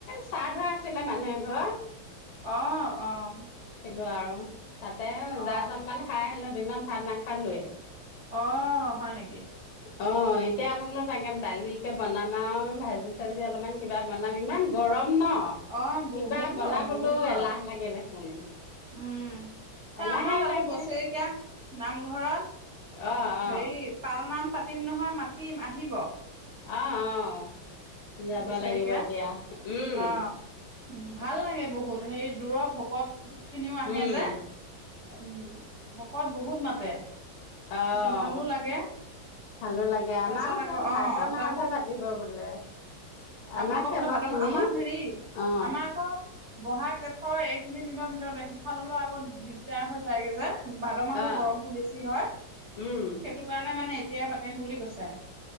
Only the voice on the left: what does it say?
শ্ৰাদ্ধ আছিলে মানুহ এঘৰ।
ল আৰু। তাতে
জা-জলপান খাই আহিলো। দিনত ভাত নাখালোৱে‌।
অ' এতিয়া বোলো তাকে দালি কে বনাম আৰু ভাজি-চাজি অলপমান কিবা বনাম ইমান গৰম ন'
কিবা
বনাবলৈও
এলাহ।
লাগে দেখোন
লাহে
লাহে
অ অ
অহ অ'। যাবা
লাগিব এতিয়া উম'।
উম
অ'
ভালো লাগে
আমাৰো
সেই
ভাদ মাহতহে
পাতিব বোলে। আমাৰ
খেলৰ
খিনি
অ
অ
উম